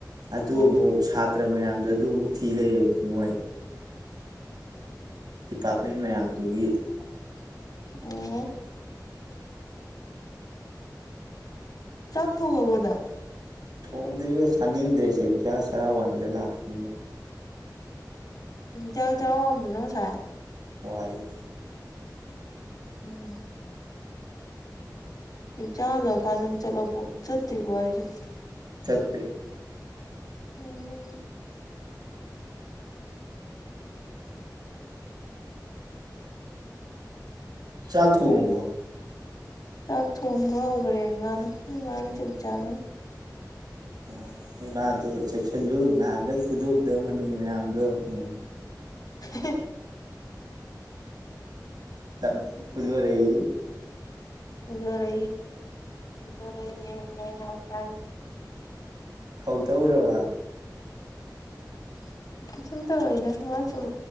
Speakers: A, on the right; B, on the left.
A: ꯑꯗꯨ
B: ꯑꯥ
A: ꯑꯃꯨꯛ ꯁꯥꯇ꯭ꯔ ꯃꯌꯥꯝꯗꯣ ꯑꯗꯨ ꯑꯃꯨꯛ ꯐꯤ ꯂꯩꯔꯗꯤ ꯃꯣꯏ ꯗꯤꯄꯥꯔꯠꯃꯦꯟ ꯃꯌꯥꯝꯗꯨꯒꯤ
B: ꯑꯣ ꯆꯥꯛꯈ ꯑꯣꯗ
A: ꯊꯣꯡꯗ꯭ꯔꯦ ꯆꯥꯅꯤꯡꯗ꯭ꯔꯦꯁꯦꯖ ꯆꯔꯥꯎ ꯋꯥꯁꯤꯔ ꯂꯥꯛꯄꯅꯤ
B: ꯆꯥꯛ ꯆꯔꯝꯕ꯭ꯔꯣ ꯅꯪ ꯁꯥꯥꯏ
A: ꯋꯥꯂꯤ
B: ꯎꯝ ꯆꯥꯍꯜꯂꯀꯥꯟꯗꯪ ꯆꯠꯂ ꯆꯠꯇ꯭ꯔꯤꯕꯣ ꯍꯥꯏꯁꯦ
A: ꯆꯠꯇꯦ
B: ꯎꯝ
A: ꯆ ꯊꯣꯡꯕꯣ
B: ꯆꯥꯛ ꯊꯣꯡꯕ ꯍꯧꯈ꯭ꯔꯦ ꯏꯃꯥꯅ ꯏ ꯃꯥꯒ ꯆꯞ ꯆꯥꯒꯅꯤ <inaudible>
A: ꯎꯝ ꯏꯃꯥꯗꯣ ꯆꯦꯛꯁꯤꯜꯂꯨ ꯉꯥꯏꯍꯥꯟꯈꯩ ꯈꯨꯨꯗꯣꯛꯗ ꯃꯅꯤ ꯃꯌꯥꯝꯗꯣ ꯎꯝ
B: ꯑ
A: ꯇ ꯄꯨꯗꯨ ꯑꯣꯏꯔ ꯑꯩ
B: ꯈꯨꯖꯣꯔ ꯃꯖꯔ ꯍꯏ ꯀ
A: ꯐꯥꯎ ꯇ ꯎꯔ ꯃꯥ
B: <inaudible> ꯁꯨꯝ ꯇꯧꯔꯛꯏꯗꯣ ꯃꯥ ꯁꯨꯝ